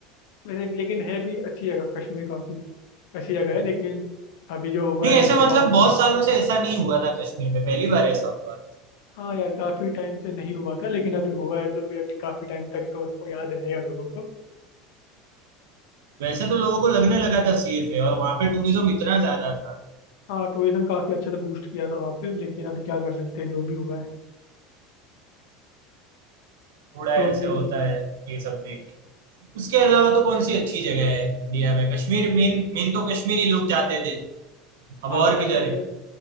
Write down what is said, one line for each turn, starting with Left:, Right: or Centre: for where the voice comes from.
Left: वैसे लेकिन है भी अच्छी जगह कश्मीर काफ़ी अच्छी जगह
Right: हाँ।
Left: है लेकिन अभी जो हुआ
Right: नहीं
Left: है
Right: ऐसा
Left: उसके
Right: मतलब
Left: बाद
Right: बहुत
Left: से
Right: सालों से ऐसा नहीं हुआ था कश्मीर में पहली बार ऐसा हुआ
Left: हाँ यार काफी टाइम से नहीं हुआ था लेकिन अभी हुआ है तो फिर अभी काफी टाइम तक तो उसको याद रहेगा लोगों को
Right: वैसे तो लोगों को लगने लगा था सेफ है और वहां पे टूरिज्म इतना ज्यादा था
Left: हाँ टूरिज्म काफी अच्छे से बूस्ट किया था वहाँ पे लेकिन अभी क्या कर सकते हैं जो भी हुआ है
Right: थोड़ा ऐसे
Left: तो अभी
Right: होता है ये सब देख के उसके अलावा तो कौन सी अच्छी जगह है इंडिया में कश्मीर मेन मेन तो कश्मीर ही लोग जाते थे अब
Left: हाँ
Right: और
Left: कश्मीर
Right: किधर है